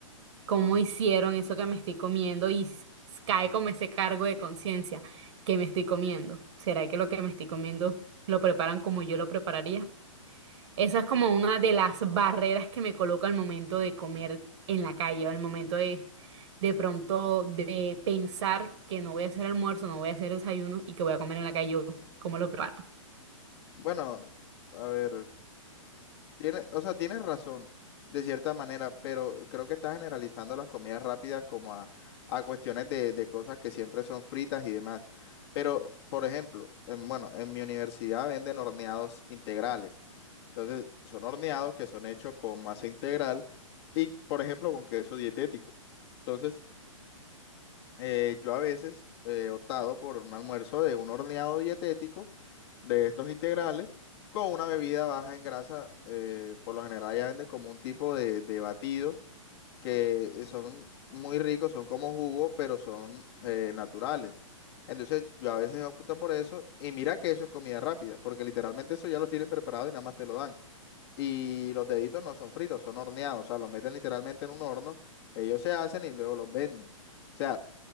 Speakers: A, on the right; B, on the left.
A: cómo hicieron eso que me estoy comiendo y s- cae como ese cargo de conciencia que me estoy comiendo. ¿Será que lo que me estoy comiendo lo preparan como yo lo prepararía? Esa es como una de las barreras que me coloca al momento de comer en la calle o al momento de de pronto de pensar que no voy a hacer almuerzo, no voy a hacer desayuno y que voy a comer en la calle, yo, ¿cómo lo preparo?
B: Bueno, a ver. Tiene, o sea, tienes razón, de cierta manera, pero creo que estás generalizando las comidas rápidas como a, a cuestiones de, de cosas que siempre son fritas y demás. Pero, por ejemplo, en- bueno, en mi universidad venden horneados integrales. Entonces, son horneados que son hechos con masa integral y, por ejemplo, con queso dietético. Entonces, eh, yo a veces eh, he optado por un almuerzo de un horneado dietético de estos integrales con una bebida baja en grasa. eh, por lo general ya venden como un tipo de, de batidos que eh, son muy ricos, son como jugo, pero son eh, naturales. Entonces yo a veces opto por eso y mira que eso es comida rápida, porque literalmente eso ya los tienen preparado y nada más te lo dan. Y los deditos no son fritos, son horneados, o sea, los meten literalmente en un horno, ellos se hacen y luego los venden. O sea,